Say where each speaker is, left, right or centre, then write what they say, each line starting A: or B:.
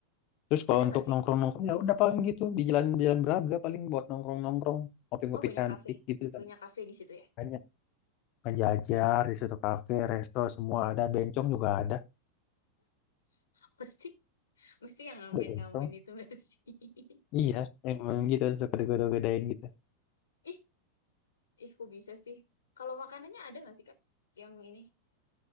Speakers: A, on the left; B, on the left.
A: Terus kalau
B: Ada nggak
A: untuk
B: sih?
A: nongkrong-nongkrong ya udah paling gitu di jalan-jalan Braga paling buat nongkrong-nongkrong, ngopi-ngopi
B: Oh, banyak
A: cantik
B: kafe.
A: gitu kan.
B: Banyak kafe di situ ya.
A: Banyak. ngejajar di suatu kafe, resto semua ada, bencong juga ada.
B: <laughs> Pasti. Mesti yang ngamen-ngamen
A: Ada bencong.
B: itu nggak sih?
A: Iya, emang gitu suka digoda-godain gitu.
B: <laughs> Ih, ih kok bisa sih? Kalau makanannya ada nggak sih, Kak? Yang ini,